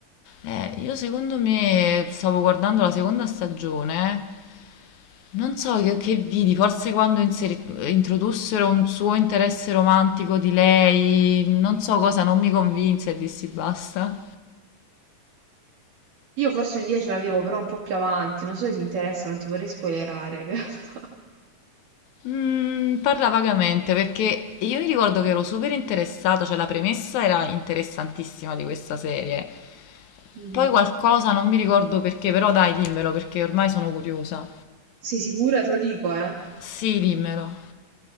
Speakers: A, on the left; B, on the right.
A: Eh, io secondo me stavo guardando la seconda stagione Non so che, che vidi, forse quando inseri- introdussero un suo interesse romantico di lei, non so cosa, non mi convinse e dissi basta.
B: Io forse un dia ce l'avevo, però un po' più avanti, non so se ti interessa, non ti vorrei spoilerare in realtà.
A: Mm, parla vagamente perché io mi ricordo che ero super interessato, cioè la premessa era interessantissima di questa serie.
B: Mhm.
A: Poi qualcosa, non mi ricordo perché, però dai, dimmelo perché ormai sono curiosa.
B: Sei sicura? Te lo dico, eh.
A: Sì, dimmelo.